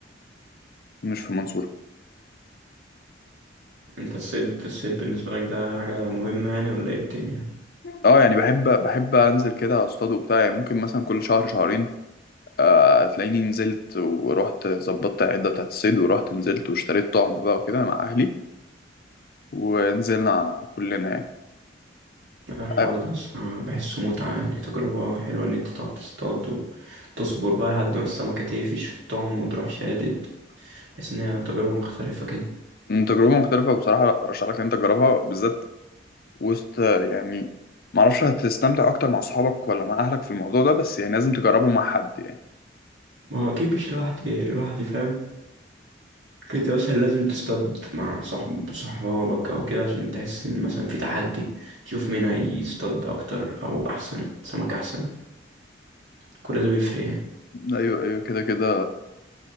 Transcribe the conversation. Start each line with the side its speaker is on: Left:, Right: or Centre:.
Left: مش في المنصوره
Right: أنت الصيد الصيد بالنسبة لك ده حاجة مهمة يعني ولا إيه الدنيا
Left: اه يعني بحب بحب انزل كده اصطاد وبتاع يعني ممكن مثلا كل شهر شهرين آه، هتلاقيني نزلت ورحت ظبطت العده بتاعت الصيد ورحت نزلت واشتريت طعم بقى وكده مع اهلي ونزلنا كلنا يعني.
Right: الحوار
Left: آه،
Right: ده الصراحة بحسه متعة يعني تجربة حلوة إن أنت تقعد تصطاد وتصبر بقى لحد ما السمكة تقفش في الطعم وتروح شادد بحس إنها تجربة مختلفة كده
Left: تجربة مختلفة بصراحة أرشح لك إن أنت تجربها بالذات وسط يعني معرفش هتستمتع اكتر مع اصحابك ولا مع اهلك في الموضوع ده بس يعني لازم تجربه مع حد يعني
Right: ما هو أكيد مش لوحدي لوحدي فاهم كنت مثلا لازم تصطاد مع صاحب صحابك أو كده عشان تحس إن مثلا في تحدي تشوف مين هيصطاد أكتر أو أحسن سمك أحسن كل ده بيفرق يعني
Left: ايوه ايوه كده كده